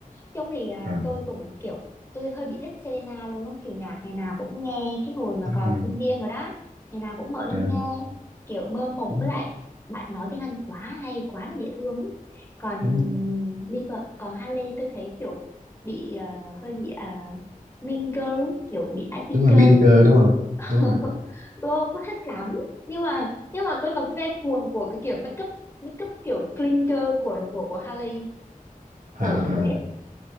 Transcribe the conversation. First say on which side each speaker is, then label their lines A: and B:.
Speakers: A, on the left; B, on the right.
A: Trông thì à,
B: hơn.
A: tôi cũng kiểu Tôi hơi bị thích Selena luôn á Kiểu nhạc ngày nào cũng nghe Cái hồi mà
B: đúng
A: còn
B: rồi
A: sinh viên rồi đó Ngày nào cũng mở lên
B: à,
A: nghe Kiểu mơ mộng
B: đúng
A: với lại Bạn nói tiếng Anh quá hay, quá là dễ thương ý Còn
B: đúng
A: ừm, Bieber, còn Hailey tôi thấy kiểu Bị ờ, hơi bị uh, Mean Girl, kiểu bị IT
B: đúng rồi
A: girl
B: Binger đúng không
A: <laughs>
B: đúng rồi
A: Tôi không có thích lắm Nhưng mà nhưng mà tôi là fan cuồng của cái kiểu make up make up kiểu clean girl của của của Hailey khổ
B: à
A: thế